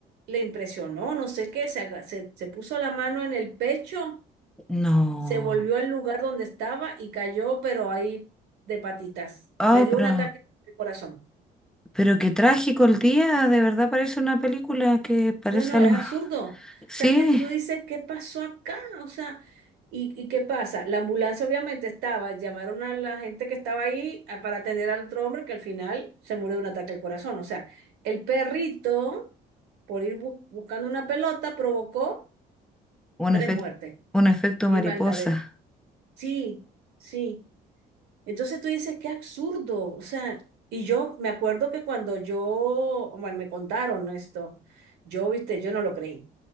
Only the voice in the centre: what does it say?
No.
Ah,
pero,
pero qué trágico el día. De verdad parece una película que parece
algo.
<laughs>
Sí,
un
efecto,
un efecto
mariposa.